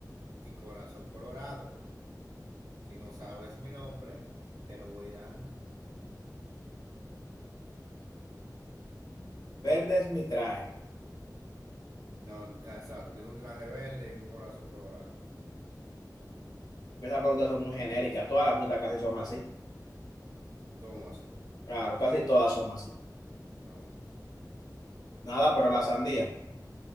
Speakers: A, on the right; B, on the left.
A: y corazón colorado. Si no sabes mi nombre, te lo voy dando.
B: Verde es mi traje.
A: No, n- exacto, tiene un traje verde y un corazón colorado.
B: Esas preguntas son muy genéricas. Todas las frutas casi son así.
A: ¿Cómo así?
B: Claro, casi todas son así.
A: No,
B: Nada, pero la sandía.